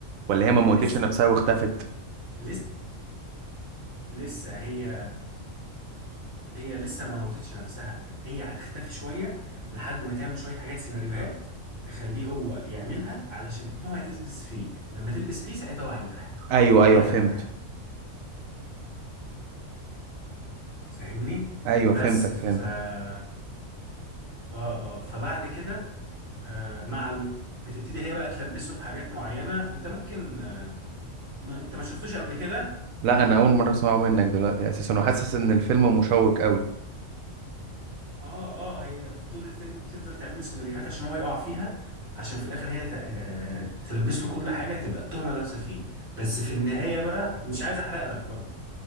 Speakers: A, on the right; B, on the right.
A: ولا هي ما
B: لسه
A: موتتش نفسها واختفت
B: لسه لسه هي هي لسه ما موتتش نفسها هي هتختفي شوية لحد ما تعمل شوية حاجات سيناريوهات تخليه هو يعملها علشان التهمة تلبس فيه لما تلبس فيه ساعتها هو هينتحر
A: ايوه ايوه
B: هي
A: فهمت
B: هتنتحر فاهمني
A: ايوه
B: بس
A: فهمتك
B: ف
A: فهمت
B: اه اه فبعد كده آه مع الوقت بتبتدي هي بقى تلبسه في حاجات معينة انت ممكن آه ما انت ما شفتوش قبل كده
A: لا انا اول مره اسمعه منك دلوقتي اساسا وحاسس ان الفيلم مشوق قوي
B: اه اه هي في طول الفيلم بتفضل تعمل له سيناريوهات عشان هو يقع فيها عشان في الاخر هي ت- آه، تلبس له كل حاجه تبقى التهمه لابسه فيه بس في النهايه بقى مش عايز احرق لك برضو